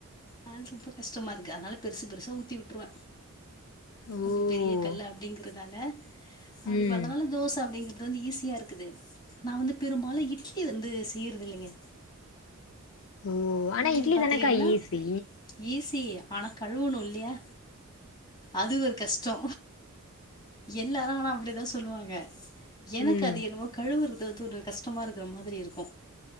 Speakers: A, on the left; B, on the left.
A: ஆதா ரொம்ப கஷ்டமா இருக்கு அதனால பெருசு பெருச ஊத்தி வுட்ருவ
B: ஓ
A: கொஞ்ச பெரிய கல் அப்டிங்கறதால அப்டி
B: ம்
A: பன்னாலு தோச அப்டிங்கிறது வந்து ஈஸியா இருக்குது நா வந்து பெரும்பாலு இட்லி வந்து செய்யறது இல்லைங்க
B: ஓ ஆனா
A: ஏன்னு
B: இட்லி
A: பாத்துக்கிட்டீங்கன்னா
B: தானக்கா ஈசி
A: ஈஸி ஆனா கழுவுணு இல்லியா அது ஒரு கஷ்டோ எல்லாரு ஆனா அப்டிதா சொல்வாங்க எனக்கு
B: ம்
A: அது என்னவோ கழுவுறது வந்து ஒரு கஷ்டமா இருக்கற மாதிரி இருக்கு